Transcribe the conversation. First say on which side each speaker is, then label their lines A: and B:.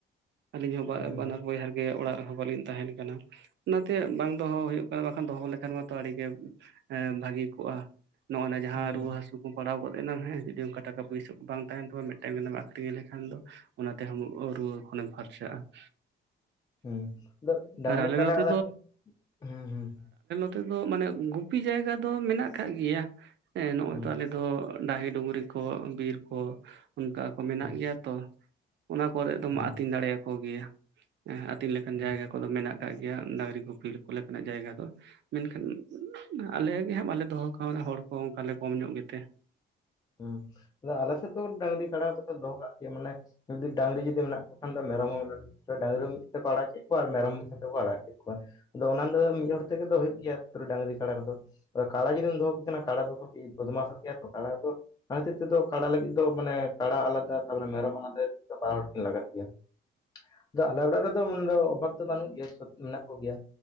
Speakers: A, on the right; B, on the left.
A: ᱟᱹᱞᱤᱧ ᱦᱚᱸ
B: ᱦᱩᱸ
A: ᱵᱟᱱᱟᱨ ᱵᱚᱭᱦᱟ ᱜᱮ ᱚᱲᱟᱜ ᱨᱮᱦᱚᱸ ᱵᱟᱹᱞᱤᱧ ᱛᱟᱦᱮᱱ ᱠᱟᱱᱟ᱾ ᱚᱱᱟᱛᱮ ᱵᱟᱝ ᱫᱚᱦᱚ ᱦᱩᱭᱩᱜ ᱠᱟᱱᱟ ᱵᱟᱠᱷᱟᱱ ᱫᱚᱦᱚ ᱞᱮᱠᱷᱟᱱ ᱢᱟᱛᱚ ᱟᱹᱰᱤ ᱜᱮ ᱵᱷᱟᱹᱜᱤ ᱠᱚᱜᱼᱟ ᱾ ᱱᱚᱜᱼᱚᱭ ᱡᱟᱦᱟᱸ
B: ᱦᱩᱸ
A: ᱨᱩᱶᱟᱹ ᱦᱟᱹᱥᱩ ᱠᱚ ᱯᱟᱲᱟᱣ ᱜᱚᱫ ᱮᱱᱟ ᱦᱮᱸ ᱡᱩᱫᱤ ᱚᱱᱠᱟ ᱴᱟᱠᱟ ᱯᱚᱭᱥᱟ ᱠᱚ ᱵᱟᱝ ᱛᱟᱦᱮᱱ ᱛᱟᱢᱟ ᱢᱤᱫᱴᱟᱝ ᱜᱟᱱ ᱟᱠᱷᱨᱤᱧ ᱞᱮᱠᱷᱟᱱ ᱫᱚ ᱚᱱᱟᱛᱮ ᱨᱩᱣᱟᱹ ᱠᱷᱚᱱ ᱮᱢ ᱯᱷᱟᱨᱪᱟᱜᱼᱟ ᱾
B: ᱦᱮᱸ ᱟᱫᱚ ᱰᱟᱝᱨᱤ,
A: ᱟᱞᱮ
B: ᱠᱟᱰᱟ
A: ᱱᱚᱛᱮ
B: <unintelligible> ᱦᱮᱸ ᱦᱮᱸ
A: ᱱᱤᱛᱚᱜ ᱫᱚ ᱢᱟᱱᱮ ᱜᱩᱯᱤ ᱡᱟᱭᱜᱟ ᱫᱚ ᱢᱮᱱᱟᱜ ᱟᱠᱟᱫ ᱜᱮᱭᱟ ᱾ ᱱᱚ ᱚᱭ
B: ᱦᱩᱸ
A: ᱛᱚ ᱟᱞᱮ ᱫᱚ ᱰᱟᱹᱦᱤ ᱰᱩᱝᱨᱤ ᱠᱚ ᱵᱤᱨ ᱠᱚ ᱚᱱᱠᱟ ᱠᱚ ᱢᱮᱱᱟᱜ
B: ᱦᱩᱸ
A: ᱜᱮᱭᱟ ᱛᱚ ᱾ ᱚᱱᱟ ᱠᱚᱨᱮ ᱫᱚ
B: ᱦᱩᱸ
A: ᱟᱢ ᱟᱹᱛᱤᱧ ᱫᱟᱲᱮᱭᱟᱠᱚ ᱜᱮᱭᱟᱸ ᱟᱹᱛᱤᱧ ᱞᱮᱠᱟᱱ
B: ᱦᱩᱸ ᱦᱩᱸ
A: ᱡᱟᱭᱜᱟ ᱠᱚᱫᱚ ᱢᱮᱱᱟᱜ ᱜᱮᱭᱟ ᱾ ᱟᱜ ᱜᱮᱭᱟ ᱰᱟᱝᱨᱤ ᱜᱩᱯᱤ ᱠᱚ ᱞᱮᱠᱟᱱᱟᱜ ᱡᱟᱭᱜᱟ ᱫᱚ ᱢᱮᱱᱠᱷᱟᱱ ᱟᱞᱮ ᱜᱮ ᱦᱟᱸᱜ ᱵᱟᱞᱮ ᱫᱚᱦᱚ ᱦᱚᱲ ᱠᱚ ᱚᱱᱠᱟ ᱞᱮ ᱠᱚᱢ ᱧᱚᱜ ᱜᱮᱛᱮ ᱾
B: ᱦᱮᱸ ᱟᱫᱚ ᱟᱞᱮ ᱥᱮᱫ ᱫᱚ ᱰᱟᱹᱝᱨᱤ ᱠᱟᱰᱟ ᱫᱚᱦᱚ ᱠᱟᱜ ᱜᱮᱭᱟ ᱢᱟᱱᱮ ᱡᱩᱫᱤ ᱰᱟᱝᱝᱨᱤ ᱡᱩᱫᱤ ᱢᱮᱱᱟᱜ ᱠᱚ ᱠᱷᱟᱱ ᱫᱚ ᱢᱮᱨᱚᱢ ᱦᱚᱸ ᱰᱟᱝᱨᱤ ᱦᱚ ᱢᱤᱫ ᱛᱮᱠᱚ ᱟᱲᱟᱜ ᱮᱛ ᱠᱚᱣᱟ ᱟᱨ ᱢᱮᱨᱚᱢ ᱢᱤᱫ ᱥᱟᱶᱛᱮ ᱠᱚ ᱟᱲᱟᱜ ᱠᱮᱛ ᱠᱚᱣᱟ ᱾ ᱟᱫᱚ ᱚᱱᱟ ᱫᱚ ᱢᱤᱫ ᱦᱚᱲ ᱛᱮᱜᱮ ᱫᱚ ᱦᱩᱭᱩᱜ ᱜᱮᱭᱟ ᱛᱚ ᱰᱟᱝᱨᱤ ᱠᱟᱰᱟ ᱠᱚᱫᱚ ᱾ ᱠᱟᱲᱟ ᱡᱩᱫᱤᱢ ᱫᱚᱦᱚ ᱠᱤᱱᱟ ᱠᱟᱲᱟ ᱫᱚ ᱠᱟᱹᱴᱤᱡ ᱵᱚᱫᱽᱢᱟᱥᱚᱜ ᱜᱮᱭᱟ ᱛᱚ ᱠᱟᱲᱟ ᱫᱚ᱾ ᱚᱱᱟ ᱠᱷᱟᱹᱛᱤᱨ ᱛᱮᱫᱚ ᱠᱟᱲᱟ ᱞᱟᱹᱜᱤᱫ ᱫᱚ ᱢᱟᱱᱮ ᱠᱟᱲᱟ ᱟᱞᱟᱫᱟ, ᱛᱟᱨᱯᱚᱨᱮ ᱢᱮᱨᱚᱢ ᱟᱞᱟᱫᱟ ᱫᱚ ᱵᱟᱨ ᱦᱚᱲ ᱠᱤᱱ ᱞᱟᱜᱟᱜ ᱜᱮᱭᱟ ᱾ ᱟᱫᱚ ᱟᱞᱮ ᱚᱲᱟᱜ ᱨᱮᱫᱚ ᱚᱵᱷᱟᱵᱽ ᱫᱚ ᱵᱟᱹᱱᱩᱜ ᱜᱮᱭᱟ ᱥᱚᱵ ᱢᱮᱱᱟᱜ ᱠᱚᱜᱮᱭᱟ